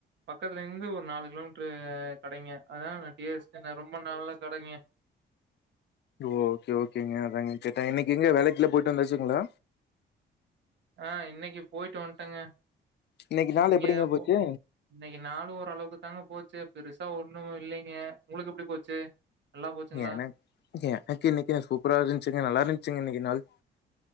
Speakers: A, on the right; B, on the left.
A: பக்கத்துல இருந்து ஒரு நாலு கிலோமீட்டரு கடைங்க அதான் டேஸ்ட் ரொம்ப நல்ல கடைங்க
B: ஓகே ஓகேங்க அதாங்க கேட்டேன் இன்னைக்கு எங்க வேலைக்குல போயிட்டு வந்தாச்சுங்களா
A: ஆஹ் இன்னைக்கு போயிட்டு வந்துட்டேங்க
B: இன்னைக்கு நாள்
A: இங்கே
B: எப்படிங்க
A: போ
B: போச்சு
A: இன்னைக்கு நாளு ஒரு அளவுக்கு தாங்க போச்சு பெருசா ஒண்ணும் இல்லைங்க உங்களுக்கு எப்படி போச்சு நல்லா போச்சுங்களா?
B: எனக் எனக்கு இன்னைக்கு சூப்பரா இருந்துச்சிங்க நல்லா இருந்துச்சுங்க இன்னைக்கு நாள்